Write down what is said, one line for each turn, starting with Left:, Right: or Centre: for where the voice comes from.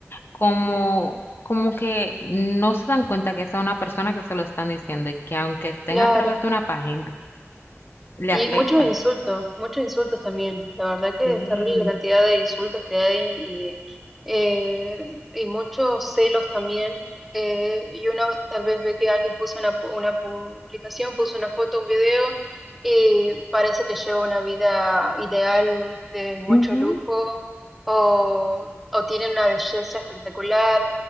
Left: como, como que no se dan cuenta que esa es una persona que se lo están diciendo y que aunque estén
Centre: claro.
Left: a través de una página, le
Centre: Y
Left: afecta.
Centre: muchos insultos, muchos insultos también. La verdad que
Left: Sí,
Centre: es terrible la cantidad de insultos que hay y, eh, y muchos celos también. Eh, y uno tal vez ve que alguien puso una, pu- una publicación, puso una foto, un video y parece que lleva una vida ideal de mucho
Left: ujú,
Centre: lujo o, o tiene una belleza espectacular.